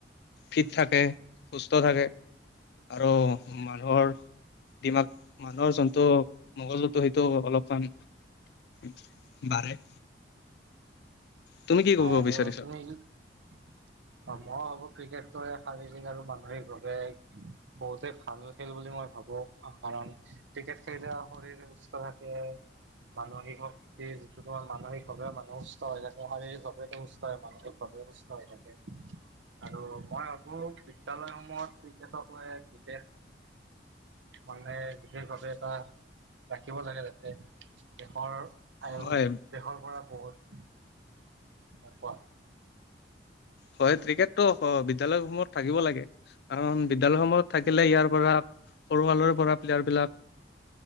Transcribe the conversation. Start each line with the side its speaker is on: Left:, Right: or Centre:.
Left: ফিট থাকে, সুস্থ থাকে। আৰু মানুহৰ দিমাগ মানুহৰ যোনটো মগজুটো সেইটো অলপ- অকন মান, বাঢ়ে। তুমি কি ক'ব
Right: আৰু
Left: বিচাৰিছা
Right: তুমি- অ মই ভাবো ক্ৰিকেটোৱে শাৰীৰিক আৰু মানসিকভাৱে- বহুতে ভাল খেল বুলি মই ভাবো কাৰণ ক্ৰিকেট খেলিলে শৰীৰ- সুস্থ থাকে, মানসিক শক্তি যিটো মানসিকভাৱেও মানুহ সুস্থ হয় থাকে শাৰীৰিক- টো সুস্থ হয় মানসিকভাৱেও সুস্থ হৈ থাকে। আৰু মই ভাবো বিদ্যালয়সমূহত ক্ৰিকেটক লৈ বিশষ- মানে বিশেষভাৱে এটা, ৰাখিব লাগে যাতে দেশৰ- আৰু
Left: হয়
Right: দেশৰ পৰা বহুত- কোৱা?
Left: হয় ক্ৰিকেটো বিদ্যালয় সমূহত থাকিব লাগে, কাৰণ বিদ্যালয় সমূহত থাকিলে ইয়াৰ পৰা- সৰু কালৰে পৰা প্লেয়াৰ বিলাক,